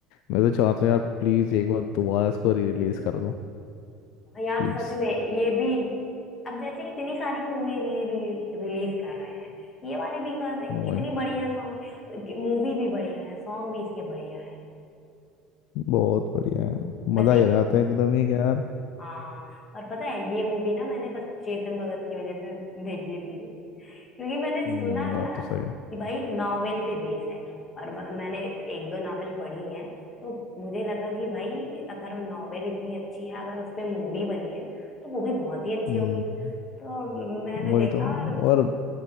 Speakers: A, on the left; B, on the left.
A: मैं तो चाहता हूँ यार प्लीज एक बार दोबारा इसको री रिलीज कर दो
B: हाँ यार
A: प्लीज
B: सच में ये भी अब जैसे इतनी सारी मूवी रिलीज कर रहे हैं ये वाली भी कर दें
A: वही
B: कितनी बढ़िया सॉन्ग है मूवी भी बढ़िया है सॉन्ग भी इसके बढ़िया है
A: बहुत बढ़िया है
B: वैसे
A: मजा ही
B: हम्म।
A: आ जाता है एकदम ही कि यार
B: हाँ और पता है ये मूवी ना मैंने बस चेतन भगत की वजह से देखी थी क्योंकि मैंने
A: हम्म
B: सुना
A: बात
B: ना
A: तो सही है
B: कि भाई नॉवेल पे बेस है और ब- मैंने एक दो नॉवेल पढ़ी हैं तो मुझे लगा कि भाई अगर नॉवेल इतनी अच्छी है अगर उस पे मूवी बनी है तो वो भी बहुत ही अच्छी
A: हम्म
B: होगी तो मैंने
A: वही
B: देखा
A: तो
B: और
A: और